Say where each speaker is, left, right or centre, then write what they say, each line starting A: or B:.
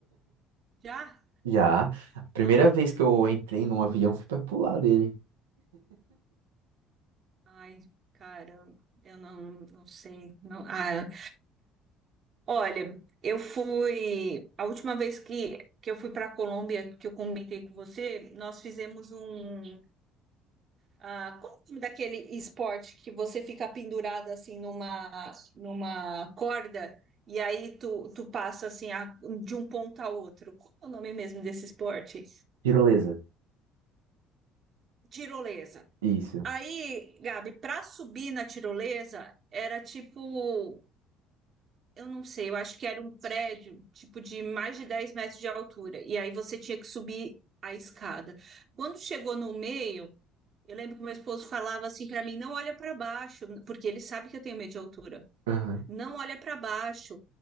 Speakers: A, on the right (about 40°); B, on the right (about 70°).
A: Já?
B: já. A primeira vez que eu entrei num avião, fui pra pular dele.
A: Ai, caramba, eu não, não sei. Não, ah, olha, eu fui a última vez que, que eu fui para a Colômbia, que eu comentei com você, nós fizemos um Ah, qual o nome daquele esporte que você fica pendurado assim numa, numa corda e aí tu, tu passa assim a- de um ponto a outro? Qual é o nome mesmo desse esporte?
B: Tirolesa.
A: Tirolesa.
B: Isso.
A: Aí, Gabi, para subir na tirolesa era tipo, eu não sei, eu acho que era um prédio tipo de mais de 10 metros de altura e aí você tinha que subir a escada. Quando chegou no meio Eu lembro que meu esposo falava assim para mim: não olha para baixo, porque ele sabe que eu tenho medo de altura.
B: Aham.
A: Não olha para baixo.